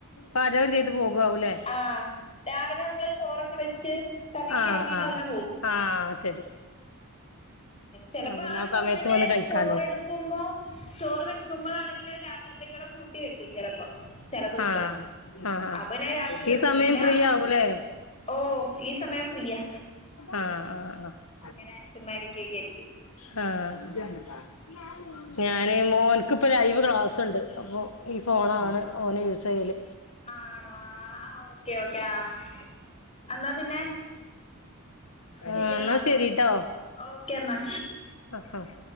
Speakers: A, on the left; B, on the left.
A: പാചകം ചെയ്ത് പോകാവാവൂല്ലേ. <inaudible>
B: ആ രാവിലെ നമ്മള് ചോറൊക്കെ വെച്ച് കറിയൊക്കെ
A: ആഹ്‌
B: ആക്കിയിട്ട്
A: ആഹ്.
B: അങ്ങനെ പോകും
A: ആഹ്‌. ശരി
B: ചെലപ്പോ
A: പിന്നെ
B: ആ ചോറ്
A: സമയത്ത്
B: തന്നെ
A: വന്ന് കഴിക്കാലോ
B: ചോറെടു വെക്കുമ്പോ ചോറ് വെക്കുമ്പളാണെങ്കില് അത് രാത്രിത്തേക്കൂടെ കൂട്ടി വെക്കും ചെലപ്പോ. ചെല ദിവസം
A: ആഹ് ആഹ് ആഹ്
B: അപ്പൊപിന്നെ രാത്രി കെട്ക്കും
A: ഈ സമയം
B: ഇല്ല.
A: ഫ്രീ ആവൂലേ
B: ഓ ഈ സമയം ഫ്രീയാ.
A: ആഹ്‌ ആഹ്‌ ആഹ്‌.
B: ങ്ങനെ ചുമ്മാരിക്കൊക്കെ ആയിരിക്കും.
A: ആഹ്‌ ഞാന് മോൻക്ക്‌പ്പം ലൈവ് ക്ലാസ് ണ്ട് അപ്പൊ ഈ ഫോണാണ് ഓന് യൂസ് ചെയ്യല്.
B: ആണോ ആഹ്‌ ആഹ്‌ ഓക്കെ ഓക്കെ ആഹ്‌ അന്നാ പിന്നെ. ശരി
A: ആഹ്‌
B: എന്നാ
A: ന്നാ ശരിട്ടോ
B: ഓക്കെ എന്നാ
A: ആഹ്‌ ആഹ്